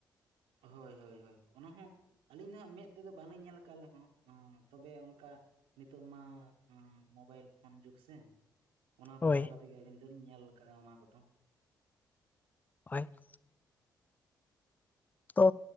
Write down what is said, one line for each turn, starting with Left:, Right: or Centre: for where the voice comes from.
Right: ᱦᱳᱭ ᱦᱳᱭ ᱦᱳᱭ ᱚᱱᱟ ᱦᱚᱸ ᱟᱹᱞᱤᱧ ᱫᱚ ᱦᱟᱸᱜ ᱢᱮᱫ ᱛᱮ ᱫᱚ ᱵᱟᱹᱞᱤᱧ ᱧᱮᱞ ᱟᱠᱟᱫ ᱞᱮ ᱦᱚᱸ ᱦᱚᱸ ᱛᱚᱵᱮ ᱚᱱᱠᱟ ᱱᱤᱛᱚᱜ ᱢᱟ ᱦᱚᱸ ᱢᱳᱵᱟᱭᱤᱞ ᱯᱷᱳᱱ ᱡᱩᱜᱽ ᱥᱮ᱾ ᱚᱱᱟ
Left: ᱦᱳᱭ
Right: ᱠᱚ ᱛᱟᱞᱟ ᱛᱮ ᱜᱮ ᱟᱹᱞᱤᱧ ᱫᱚ ᱞᱤᱧ ᱧᱮᱞ ᱟᱠᱟᱫ-ᱟ ᱚᱱᱟ ᱠᱚ ᱫᱚ᱾
Left: ᱦᱳᱭ <inaudible> ᱛᱚ